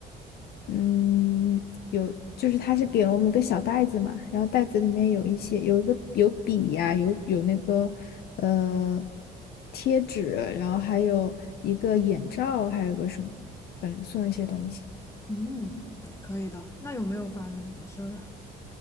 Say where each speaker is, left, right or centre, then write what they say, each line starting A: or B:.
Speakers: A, on the left; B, on the left.
A: 嗯，有就是他是给了我们一个小袋子嘛，然后袋子里面有一些有一个有笔呀、有有那个呃贴纸，然后还有一个眼罩，还有个什么，反正送了一些东西。
B: 嗯，可以的。那有没有发生什么事儿啊？